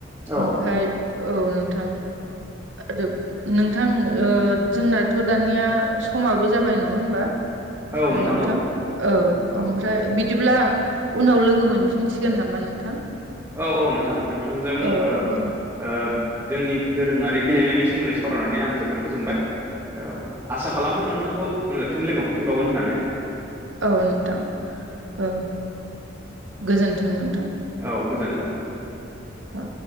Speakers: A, on the right; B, on the right.
A: औ
B: ओमफ्राय औ नोंथां आरो नोंथां जोंनाथ' दानिया समाबो जाबाय नङा होमबा?
A: औ
B: ओ नोंथां
A: औ
B: औ
A: औ
B: ओमफ्राय बिदिब्ला उनाव लोगो मोनफिनसिगोन नामा नोंथां।
A: औ औ नोंथां नोंथांजों
B: औ
A: ओ
B: औ
A: ओ जोंनि दोरोङारि गेलेनायनि सोमोन्दै सावरायनानै आं जोबोद गोजोनबाय। औ आसा खालामो नोंथांखौ आङो फिन लोगो मोनफिनबावगोन होननानै।
B: औ नोंथां औ गोजोन्थों नोंथां।
A: औ गोजोन्थों।
B: आ